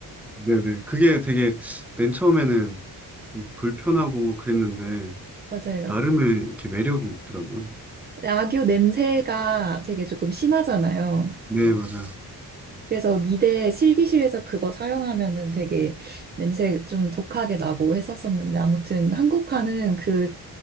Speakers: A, in the centre; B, on the right.
A: 네네. 그게 되게 맨 처음에는 좀 불편하고 그랬는데,
B: <laughs> 맞아요.
A: 나름의 이렇게 매력이 있더라고요.
B: 근데 악교 냄새가 되게 조금 심하잖아요.
A: 네, 맞아요.
B: 그래서 미대 실기실에서 그거 사용하면은 되게 냄새 좀 독하게 나고 했었었는데 아무튼 한국화는 그